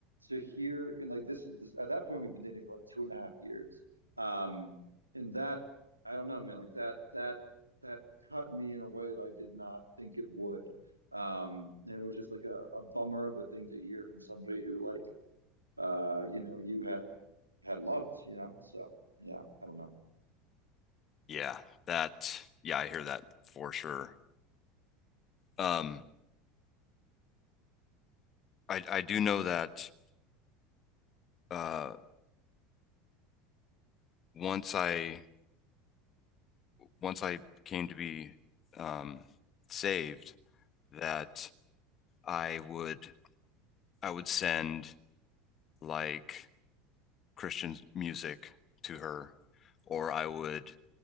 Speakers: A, on the right (about 80°); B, on the left (about 35°).
A: to hear and like this is this at that point we've been dating for like two and a half years. Um, and that I don't know, man, like that that that cut me in a way that I did not think it would. Um, and it was just like a, a bummer of a thing to hear from somebody who like uh, you know, you had had loved, you know. So yeah, I don't know.
B: Yeah. That yeah, I hear that for sure. Um I I do know that uh once I once I came to be um saved that I would I would send like Christian music to her or I would